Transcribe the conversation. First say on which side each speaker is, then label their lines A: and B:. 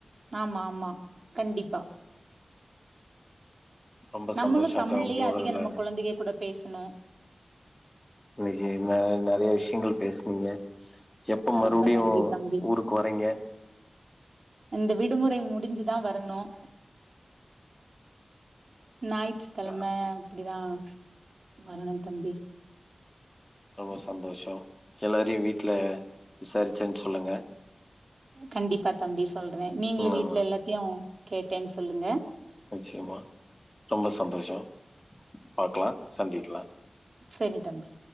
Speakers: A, on the right; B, on the left.
A: ஆமா ஆமா கண்டிப்பா
B: ரொம்ப
A: நம்மளும்
B: சந்தோஷக்கா
A: தமிழ்லயே
B: உங்களோடதுல
A: அதிகம் நம்ம குழந்தைக கூட பேசணும்
B: இன்னைக்கு ந நிறைய விஷயங்கள் பேசுனீங்க எப்ப மறுபடியும்
A: ரொம்ப நன்றி தம்பி
B: ஊருக்கு வரீங்க
A: இந்த விடுமுறை முடிஞ்சுதான் வரணும் ஞாயிற்றுக்கிழமை
B: அக்கா
A: அப்படிதான் வரணும் தம்பி
B: ரொம்ப சந்தோஷம் எல்லாரையும் வீட்டுல விசாரிச்சேன்னு சொல்லுங்க
A: கண்டிப்பா தம்பி சொல் றேன் நநீங்களு
B: ம்
A: வீட்டு்ல எல்லாத்தையு கேட்டேன் சொல்லுங்க
B: நிச்சமா ரொம்ப சந்தோஷொ பாக்லா சந்திகிலா
A: செரி தம்பி